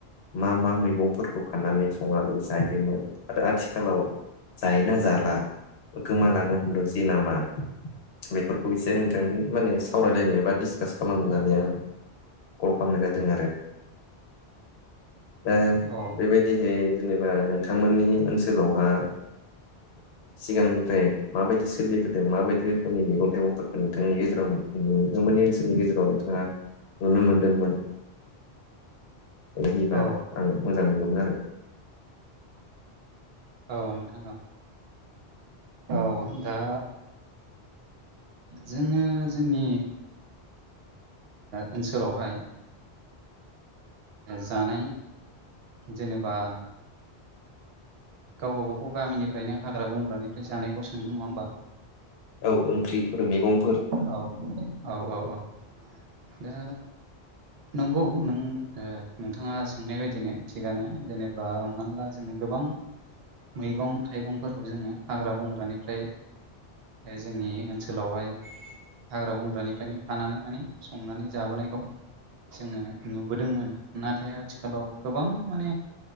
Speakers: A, on the left; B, on the right.
A: मा मा मैगंफोरखौ खाननानै संनानै जायोमोन आरो आथिखालाव जायोना जाला गोमालानो हमदोंसै नामा। बेफोरखौ एसे नोंथांजों माने सावरायलायनो बा डिसकास खालाम होननानै आङो। कल खालामनाय जादों आरो दा
B: औ
A: बेबायदिहै जेनेबा नोंथांमोननि ओनसोलावहा सिगांनिफ्राय माबायदि सोलिबोदों माबायदि रोखोमनि मैगं थाइगंफोर नोंथांनि गेजेराव नोंथांमोननि ओनसोलनि गेजेराव नोंथाङा नुनो मोनदोंमोन हयोबा
B: औ
A: आं मोजां मोनगौमोन आरो
B: औ नोंथां औ। औ दा। जोङो जोंनि ओनसोलावहाय। जानाय जेनेबा गावबा गाव गामिनिफ्रायनो हाग्रा बंग्रानिफ्राय जानायखौ सोंदों नङा होमबा।
A: औ ओंख्रिफोर मैगं
B: औ औ औ औ औ दा। नंगौ नों नोंथाङा सोंनाय बायदिनो थिगानो जेनेबा हमना ला जोङो। गोबां मैगं थाइगंफोरखौ जोङो हाग्रा बंग्रानिफ्राय बे जोंनि ओनसोलावहाय हाग्रा बंग्रानिफ्रायनो खानानै माने संनानै जाबोनायखौ जोङो नुबोदोंमोन नाथाय आथिखालाव गोबां माने